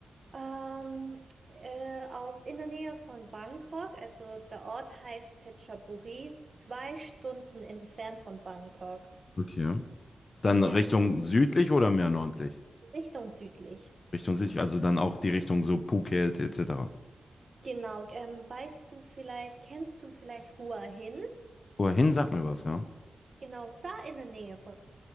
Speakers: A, on the right; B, on the left.
A: Ähm, äh, aus in der Nähe von Bangkok, also der Ort heißt Phetchaburi, zwei Stunden entfernt von Bangkok.
B: Okay. Dann
A: Ja,
B: Richtung südlich oder mehr nördlich?
A: Richtung südlich.
B: Richtung südlich, also dann auch die Richtung so Phuket etc.
A: Genau, ähm, weißt du vielleicht, kennst du vielleicht Hua Hin?
B: Wohin sagt mir was, ja?
A: Genau, da in der Nähe von